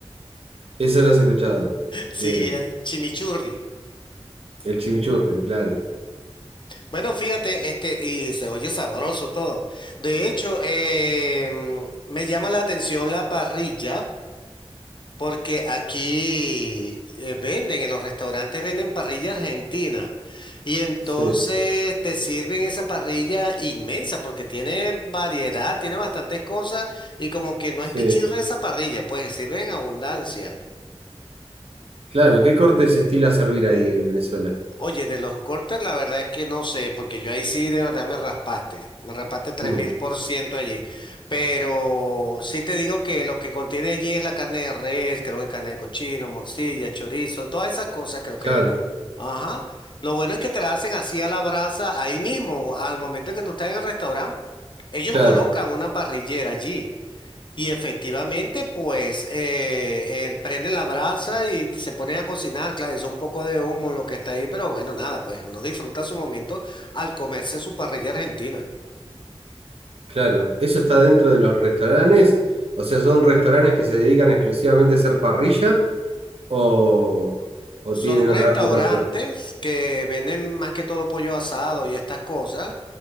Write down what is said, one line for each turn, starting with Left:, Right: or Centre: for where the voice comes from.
Right: Eso lo has escuchado.
Left: Sí,
Right: Bien.
Left: el chimichurri.
Right: El chimichurri, claro.
Left: Bueno, fíjate, este, y se oye sabroso todo. De hecho, em, me llama la atención la parrilla, porque aquí eh, venden, en los restaurantes venden parrilla argentina. Y entonces
Right: Sí,
Left: te sirven esa parrilla inmensa, porque tiene variedad, tiene bastantes cosas, y como que no
Right: sí.
Left: es pichirra esa parrilla, pues sirve en abundancia.
Right: Claro, ¿qué corte se estila a servir ahí en Venezuela?
Left: Oye, de los cortes, la verdad es que no sé, porque yo ahí sí de verdad me raspaste, me raspaste tres
Right: Mm,
Left: mil por ciento allí. Pero sí te digo que lo que contiene allí es la carne de res, creo que carne de cochino, morcilla, chorizo, todas esas cosas, creo que.
Right: claro,
Left: Ajá. Lo bueno es que te la hacen así a la brasa ahí mismo, al momento que tú estás en el restaurante, ellos
Right: claro,
Left: colocan una parrillera allí. Y efectivamente, pues eh, él prende la brasa y se pone a cocinar. Claro, es un poco de humo lo que está ahí, pero bueno, nada, pues uno disfruta su momento al comerse su parrilla argentina.
Right: claro. ¿Eso está dentro de los restaurantes? O sea, ¿son restaurantes que se dedican exclusivamente a hacer parrilla o, o
Left: Son
Right: tienen otra,
Left: restaurantes
Right: otros platos?
Left: que venden más que todo pollo asado y estas cosas.